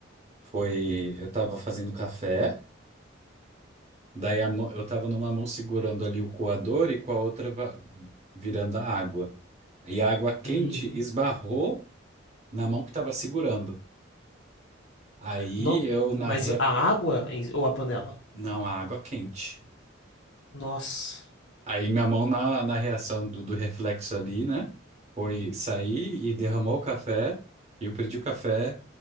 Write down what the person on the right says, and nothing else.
foi eu tava fazendo café, daí a mão- eu tava numa mão segurando ali o coador e com a outra va- virando a água. E a água quente
esbarrou na mão que tava segurando. Aí
eu
na rea...
Não, a água quente.
Aí minha mão na, na reação do, do reflexo ali, né? Foi sair e derramou o café. E eu perdi o café.